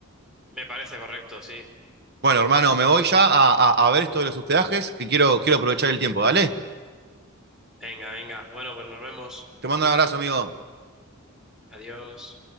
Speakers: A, in the centre; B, on the right.
A: Me parece correcto, sí.
B: Bueno, hermano, me voy ya a, a- a ver esto de los hospedajes, que quiero, quiero aprovechar el tiempo. Dale,
A: Venga, venga. Bueno, pues nos vemos.
B: te mando un abrazo, amigo.
A: Adiós.